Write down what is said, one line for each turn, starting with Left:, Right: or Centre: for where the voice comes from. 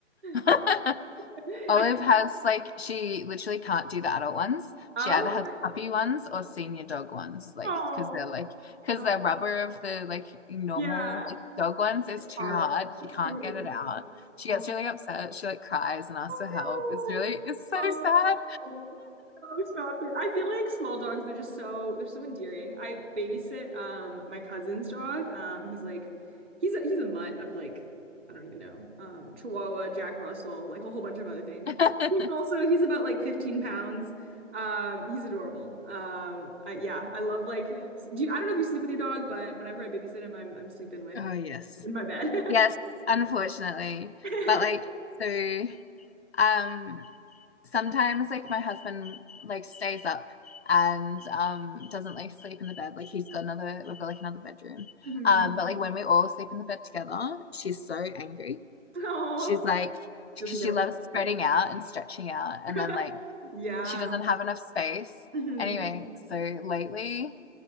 Left: <laughs>
Right: Uh, <laughs>
Left: Olive
Right: I,
Left: has like she literally can't do the adult ones.
Right: Oh,
Left: She either has puppy ones or senior dog ones, like
Right: oh,
Left: because they're like because
Right: oh,
Left: the rubber of the like normal
Right: yeah,
Left: like dog ones is
Right: it's
Left: too
Right: hard.
Left: hard. She
Right: It's
Left: can't
Right: too
Left: get it out. She
Right: hard.
Left: gets really upset. She like cries and asks
Right: Oh
Left: for help.
Right: no.
Left: It's really it's so
Right: Oh,
Left: sad.
Right: no. No, stop it. I feel like small dogs, they're just so they're so endearing. I babysit um my cousin's dog. Um he's like he's a he's a mutt of like I don't even know. Um Chihuahua, Jack Russell, like a whole bunch of other things.
Left: <laughs>
Right: He's also he's about like 15 pounds. Um he's adorable. Um I yeah, I love like do you, I don't know if you sleep with your dog, but whenever I babysit him, I'm I'm sleeping with
Left: Oh, yes.
Right: in my bed.
Left: Yes, unfortunately.
Right: <laughs>
Left: But like so um sometimes like my husband like stays up and um doesn't like sleep in the bed like he's got another we've got like another bedroom
Right: Mhm.
Left: um but like when we all sleep in the bed together she's so angry
Right: Aw.
Left: she's like because
Right: Doesn't get
Left: she
Right: a
Left: loves
Right: whole
Left: spreading
Right: ride.
Left: out and stretching out and
Right: <laughs>
Left: then like
Right: Yeah.
Left: she doesn't have enough space
Right: Mhm.
Left: anyway so lately